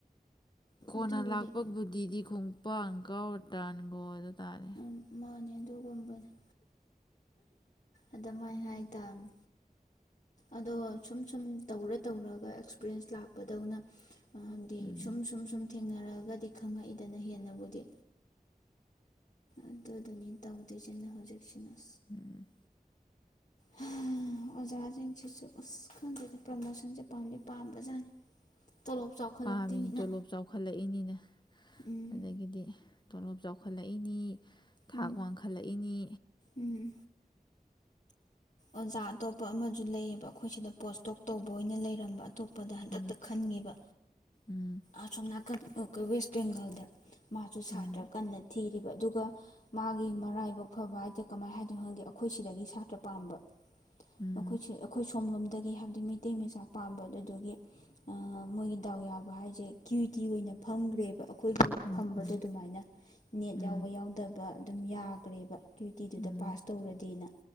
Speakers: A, on the left; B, on the left.
A: ꯀꯣꯟꯅ
B: ꯑꯗꯨꯕꯨꯗꯤ
A: ꯂꯥꯛꯄꯕꯨꯗꯤꯗꯤ ꯈꯣꯡꯄꯥꯡ ꯀꯧꯔ ꯇꯟꯒꫭꯗ ꯇꯥꯔꯦ
B: ꯎꯝ ꯃꯥꯅꯦ ꯑꯗꯨꯒꯨꯝꯕꯅꯦ ꯑꯗꯨꯃꯥꯏꯅ ꯍꯥꯏꯇꯥꯔꯦ ꯑꯗꯣ ꯁꯨꯝ ꯁꯨꯝ ꯇꯧꯔ ꯇꯧꯔꯒ ꯑꯦꯛꯁꯄꯔꯤꯌꯦꯟꯁ ꯂꯥꯛꯄꯗꯧꯅ <unintelligible>
A: ꯎꯝ
B: ꯁꯨꯝ ꯁꯨꯝ ꯁꯨꯝ ꯊꯦꯡꯅꯔꯛꯒꯗꯤ ꯈꯪꯉꯛꯏꯗꯅ ꯍꯦꯟꯅꯕꯨꯗꯤ ꯑꯗꯨꯗꯨꯅꯤ ꯇꯧꯗꫭꯏ ꯁꯤꯅ ꯍꯧꯖꯤꯛꯁꯤꯅ
A: ꯎꯝ
B: ꯍ ꯑꯣꯖꯥꯖꯤꯡꯁꯤꯁꯨ ꯑꯁ ꯈꯪꯗꯦꯗ ꯄ꯭ꯔꯃꯣꯁꯟꯁꯦ ꯄꯥꯝꯗꯤ ꯄꯥꯝꯕꯖꯥꯠꯅꯤ ꯇꯣꯂꯣꯞ ꯆꯥꯎꯈꯠꯂꯛꯇꯣꯏꯅꯤꯅ
A: ꯄꯥꯝꯃꯤꯅꯤ ꯇꯣꯂꯣꯞ ꯆꯥꯎꯈꯠꯂꯛꯏꯅꯤꯅ
B: ꯎꯝ
A: ꯑꯗꯒꯤꯗꯤ ꯇꯣꯂꯣꯞ ꯆꯥꯎꯈꯠꯂꯛꯏꯅꯤ ꯊꯥꯛ
B: ꯎꯝ
A: ꯋꯥꯡꯈꯠꯂꯛꯏꯅꯤ
B: ꯎꯝ ꯑꯣꯖꯥ ꯑꯇꯣꯞꯄ ꯑꯃꯖꯨ ꯂꯩꯌꯦꯕ ꯑꯩꯈꯣꯏ ꯁꯤꯗ ꯄꯣꯁꯇꯣꯛ ꯇꯧꯕ ꯑꯣꯏꯅ ꯂꯩꯔꯝꯕ ꯑꯇꯣꯞꯄꯗ ꯍꯟꯗꯛꯇ
A: ꯎꯝ
B: ꯈꯟꯒꯤꯕ
A: ꯎꯝ
B: ꯑꯁꯣꯝꯅ <inaudible> ꯋꯦꯁ ꯕꯦꯡꯒꯥꯜꯗ ꯃꯥꯖꯨ ꯁꯥꯇ꯭ꯔ
A: ꯎꯝ
B: ꯀꯟꯅ ꯊꯤꯔꯤꯕ ꯑꯗꯨ <unintelligible> ꯃꯥꯒꯤ ꯃꯔꯥꯏꯕꯛ ꯐꯕ ꯍꯥꯏꯇꯦ ꯀꯃꯥꯏ ꯍꯥꯏꯗꯨꯅꯣ ꯈꯪꯗꯦ ꯑꯩꯈꯣꯏ ꯁꯤꯗꯒꯤ ꯁꯥꯇ꯭ꯔ ꯄꯥꯝꯕ
A: ꯎꯝ
B: ꯃꯈꯣꯏꯁꯦ ꯑꯩꯈꯣꯏꯁꯨ ꯁꯣꯝꯂꯣꯝꯗꯒꯤ ꯍꯥꯏꯕꯗꯤ ꯃꯩꯇꯩ ꯃꯆꯥ ꯄꯥꯝꯕ ꯑꯗꯨꯗꯨꯒꯤ ꯑꯩ ꯃꯣꯏꯒꯤ ꯗꯥꯎ ꯌꯥꯕ ꯍꯥꯏꯖꯦ ꯀ꯭ꯌꯨ ꯌꯨ ꯇꯤ ꯑꯣꯏꯅ ꯐꯝꯈꯒ꯭ꯔꯦꯕ ꯑꯩꯈꯣꯏꯒꯤ
A: ꯎꯝ
B: ꯐꯝꯕꯗꯣ
A: ꯎꯝ
B: ꯗꯨꯃꯥꯏꯅ ꯅꯦꯠ
A: ꯎꯝ
B: ꯌꯥꯎꯕ ꯌꯥꯎꯗꯕ ꯑꯗꯨꯝ ꯌꯥꯒ꯭ꯔꯦꯕ ꯀ꯭ꯌꯨ ꯌꯨ ꯇꯤ ꯗꯨꯗ
A: ꯎꯝ ꯎꯝ
B: ꯄꯥꯁ ꯇꯧꯔꯗꯤꯅ